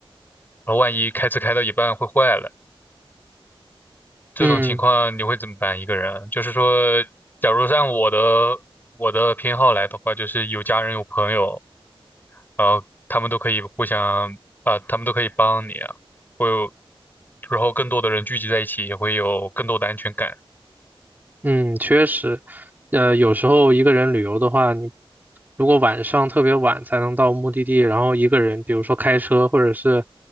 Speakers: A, on the left; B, on the right.
A: 然后万一开车开到一半会坏了，这种情况你会怎么办？
B: 嗯。
A: 一个人，就是说，假如按我的我的偏好来的话，就是有家人有朋友，呃，他们都可以互相啊、他们都可以帮你啊，会有，然后更多的人聚集在一起，也会有更多的安全感。
B: 嗯，确实，呃，有时候一个人旅游的话，你如果晚上特别晚才能到目的地，然后一个人，比如说开车或者是